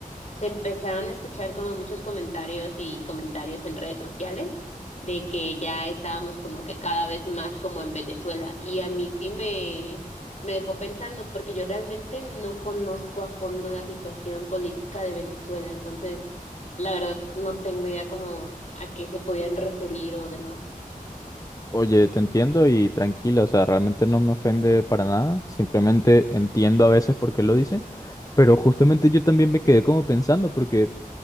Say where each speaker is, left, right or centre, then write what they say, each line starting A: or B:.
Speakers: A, on the left; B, on the left.
A: se empezaron a escuchar como muchos comentarios y comentarios en redes sociales de que ya estábamos como que cada vez más como en Venezuela y a mí sí me, me dejó pensando porque yo realmente no conozco a fondo la situación política de Venezuela, entonces la verdad no tengo idea como a qué se podían referir o demás.
B: Oye, te entiendo y tranquila, o sea, realmente no me ofende para nada. Simplemente entiendo a veces por qué lo dice. Pero justamente yo también me quedé como pensando, porque